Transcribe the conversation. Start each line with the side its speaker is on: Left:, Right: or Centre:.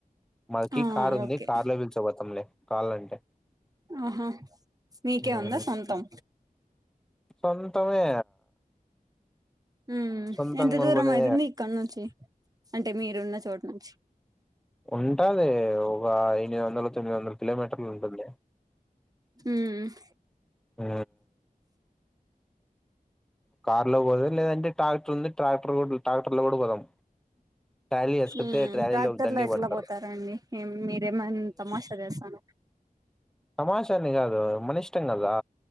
Centre: మాకి
Right: ఆ
Centre: కార్ ఉంది
Right: ఓకే
Centre: కార్ లో పిలిచపోతాంలే కాల్ అంటే
Right: ఆహా మీకే
Centre: ఉమ్,
Right: ఉందా సొంతం
Centre: సొంతమే
Right: ఉమ్
Centre: సొంతంగా
Right: ఎంత
Centre: కొనుకునే
Right: దూరం అయితుంది ఇక్కడ్ నుంచి అంటే మీరున్న చోటు నుంచి
Centre: ఉంటాది ఒక ఎనిమిది వందల తొమ్మిది వందల కిలోమీటర్లు ఉంటుంది
Right: ఉమ్
Centre: ఉ కార్ లో పోదా లేదంటే ట్రాక్టర్ ఉంది ట్రాక్టర్ కూడా ట్రాక్టర్ లో కూడా పోదాం ట్రాలీ వేసుకతే
Right: ఉమ్
Centre: ట్రాలీలో
Right: ట్రాక్టర్లో
Centre: దండిగ
Right: ఎట్లా
Centre: పడతారు
Right: పోతారండి మీరేమైనా తమాషా చేస్తారు
Centre: తమాషా అని గాదు మనిష్టం గదా